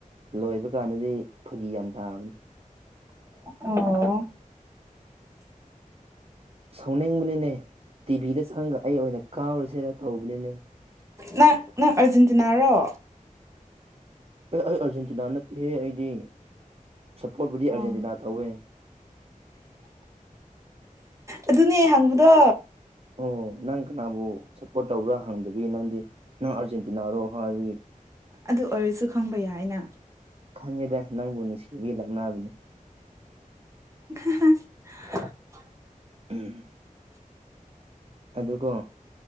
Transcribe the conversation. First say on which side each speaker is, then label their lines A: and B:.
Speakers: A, on the right (about 45°); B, on the right (about 20°).
A: ꯂꯣꯏꯕ ꯀꯥꯟꯗꯗꯤ ꯐꯥꯒꯤ ꯌꯥꯝ ꯇꯥꯕꯅꯤ
B: ꯑꯣ
A: ꯁꯥꯎꯅꯤꯡꯕꯅꯤꯅꯦ ꯇꯤꯚꯤꯗ ꯆꯪꯉꯒ ꯑꯩ ꯑꯣꯏꯅ ꯀꯥꯎꯔꯨꯁꯤꯔ ꯇꯧꯕꯅꯤꯅꯦ
B: ꯅꯪ ꯅꯪ ꯑꯔꯖꯦꯟꯇꯤꯅꯥꯔꯣ
A: ꯑꯦ ꯑꯩ ꯑꯥꯔꯖꯦꯟꯇꯤꯅꯥ ꯅꯠꯇꯦꯍꯦ ꯑꯩꯗꯤ ꯁꯞꯄꯣꯔꯠꯕꯨꯨꯗꯤ
B: ꯑꯣ
A: ꯑꯥꯔꯖꯦꯟꯇꯤꯅꯥ ꯇꯧꯋꯦ
B: ꯑꯗꯨꯅꯦ ꯍꯪꯕꯗꯣ
A: ꯑꯣ ꯅꯪ ꯀꯅꯥꯕꯨ ꯁꯞꯄꯣꯔꯠ ꯇꯧꯕ꯭ꯔꯥ ꯍꯪꯗꯕꯤ ꯅꯪꯗꯤ ꯅꯪ ꯑꯥꯔꯖꯦꯟꯇꯤꯅꯥꯔꯣ ꯍꯥꯏꯕꯒꯤ
B: ꯑꯗꯨ ꯑꯣꯏꯔꯁꯨ ꯈꯪꯕ ꯌꯥꯏꯅ
A: ꯈꯪꯉꯦꯗ ꯅꯪꯕꯨ ꯅꯨꯡꯁꯤꯕꯤꯂꯛꯅꯕꯅꯤ
B: <inaudible>
A: ꯎꯝ ꯑꯗꯨꯒ